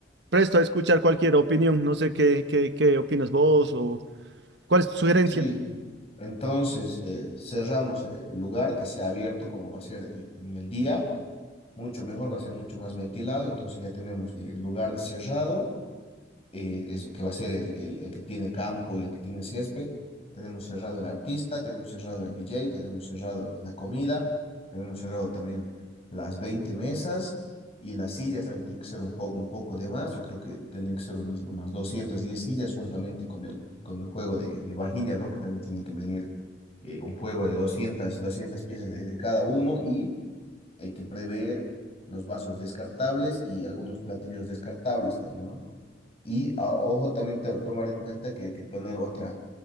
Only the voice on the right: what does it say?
presto a escuchar cualquier opinión. No sé qué, qué, qué opinas vos o cuál es tu sugerencia.